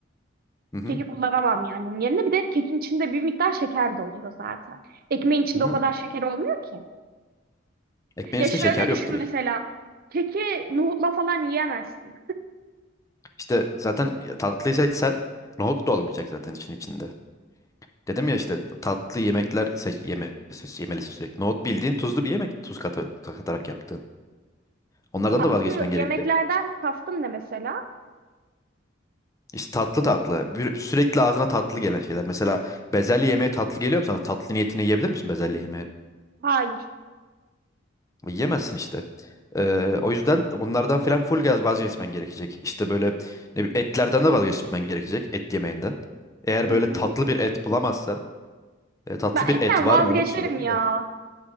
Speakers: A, on the left; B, on the right.
A: Hı hı.
B: Keki kullanamam yani onun yerine. Bir de kekin içinde bir miktar şeker de oluyor zaten. Ekmeğin içinde
A: Hı hı.
B: o kadar şeker olmuyor ki.
A: Ekmeğin
B: Ya
A: içinde
B: şöyle
A: şeker yok
B: düşün
A: direkt.
B: mesela. Keki nohutla falan yiyemezsin.
A: İşte zaten tatlıyı seçsen nohut da olmayacak zaten için içinde. Dedim ya işte tatlı yemekler seç, yeme, yemelisin sürekli. Nohut bildiğin tuzlu bir yemek tuz katı- katarak yaptığın. Onlardan
B: Tatlı
A: da vazgeçmen
B: bu
A: gerekecek.
B: yemeklerden kastım ne mesela?
A: İşte tatlı tatlı. Bir- Sürekli ağzına tatlı gelen şeyler. Mesela bezelye yemeği tatlı geliyor mu sana? Tatlı niyetine yiyebilir misin bezelye yemeği?
B: Hayır.
A: Yiyemezsin işte. Ee, o yüzden bunlardan filan full gaz vazgeçmen gerekecek. İşte böyle ne bileyim, etlerden de vazgeçmen gerekecek. Et yemeğinden. Eğer
B: Hı
A: böyle
B: hı.
A: tatlı bir et bulamazsan. e, tatlı
B: Ben
A: bir
B: etten
A: et var
B: vazgeçerim
A: mı onu düşünüyorum
B: ya.
A: da.